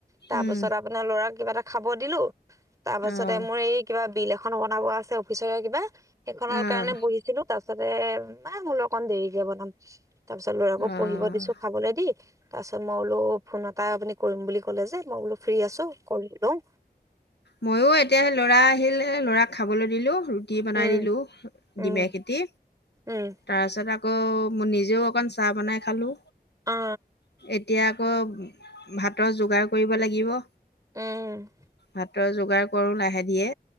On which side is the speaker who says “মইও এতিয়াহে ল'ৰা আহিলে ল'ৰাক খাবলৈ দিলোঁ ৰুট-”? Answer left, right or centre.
Left